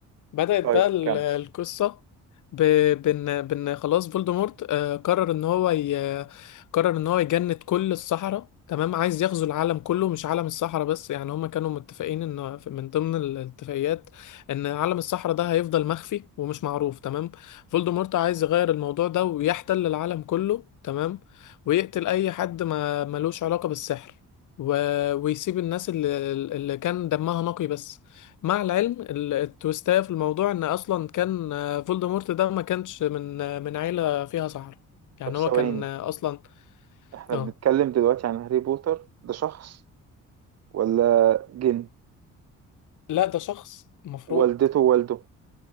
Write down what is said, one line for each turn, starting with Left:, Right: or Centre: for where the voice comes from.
Left: بدأت
Right: طيب
Left: بقى ال-
Right: كمل
Left: القصة ب... بن... بن خلاص فولدمورت آه قرر ان هو ي... قرر ان هو يجند كل الصحراء تمام عايز يغزو العالم كله مش عالم الصحراء بس يعني هما كانوا متفقين ان في- من ضمن الاتفاقيات ان عالم الصحراء ده هيفضل مخفي ومش معروف تمام فولدمورت عايز يغير الموضوع ده ويحتل العالم كله تمام ويقتل اي حد ما ملوش علاقة بالسحر و... ويسيب الناس اللي, اللي كان دمها نقي بس مع العلم ال- التويستاية في الموضوع ان اصلا كان آه، فولدمورت ده ما كانش من آه، من عيلة فيها سحرة يعني
Right: طب ثواني
Left: هو كان آه، اصلا
Right: احنا
Left: اه
Right: بنتكلم دلوقتي عن هاري بوتر ده شخص ولا جن
Left: لا ده شخص مفروض
Right: والدته ووالده